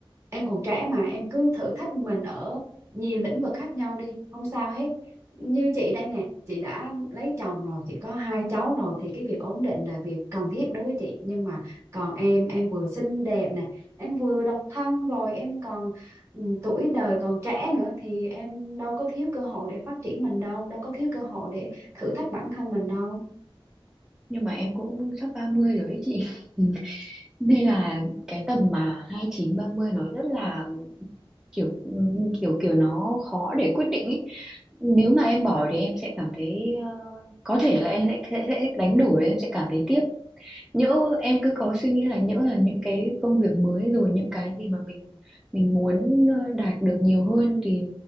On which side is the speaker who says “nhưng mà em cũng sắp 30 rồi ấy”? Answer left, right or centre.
Centre